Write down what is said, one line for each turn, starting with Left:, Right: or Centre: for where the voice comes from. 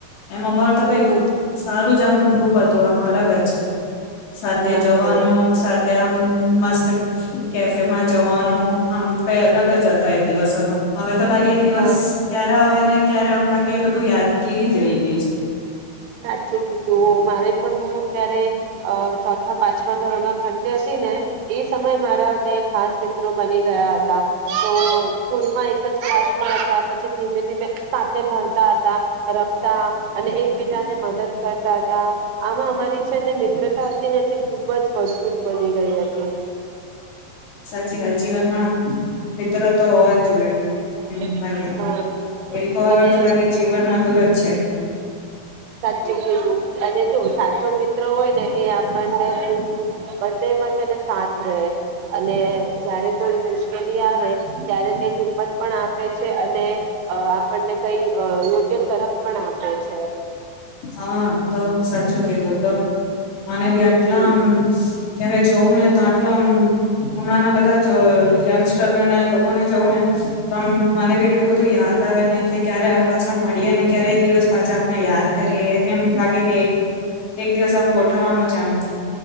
Left: એમ અમારું તો
Right: હમ
Left: કઈ સારું જ આમ ગ્રુપ હતું આમ અલગ જ સાથે
Right: હા
Left: જવાનું
Right: હા
Left: સાથે આમ મસ્ત કેફેમાં જવાનું આમ કઈ અલગ જ હતા એ દિવસ તો હવે તો લાગે એ દિવસ
Right: હા
Left: ક્યારે આવે ને ક્યારે આમ લે ક બધું યાદગીરી જ રહી ગઈ છે
Right: સાચું કી તું મારે પણ હું જયારે અ ચોથા પાંચમા ધોરણો ભતી હતી ને એ સમય મારા બે ખાસ મિત્રો બની ગયા હતા તો સ્કૂલમાં એક જ ક્લાસમાં હતા પછી ધીમે ધીમે સાથે ભણતા હતા રમતા અને બીજા ને મદદ કરતા હતા આમાં અમારી છેને મિત્રતા હતી ને તે ખુબ જ મજબૂત બની ગઈ હતી
Left: સાચી વાત જીવનમાં મિત્ર તો હોવા જ જોઈએ એમ
Right: હમ
Left: લાગે એલોકો આગળ
Right: અને
Left: તો લાગે જીવન અધુર જ છે
Right: સાચું કીધું અને જો સાચો મિત્ર હોય ને એ આપણને સુખ દુઃખ બંનેમાં છેને સાથ રહે અને જયારે કોઈ મુશ મુશ્કેલી આવે ત્યારે તે હિંમત પણ આપે છે અને અ આપણને કઈ અ યોગ્ય સલાહ પણ આપે છે
Left: હા તો સાચું કીધું તો મને બી
Right: હમ
Left: આટલામ ક્યારે જોઉું ને તો આટલ આમ હમણાં ના બધા જો યંગસ્ટર ને ને લોકોને જોવ ને તો મને બી એટલું બધું યાદ આવે ને કે ક્યારે પાછા મળીએ ને ક્યારે દિવસ પાછા આપણે યાદ કરી એમ લાગે કે એક દિવસ આમ ગો પવાનું છે આમ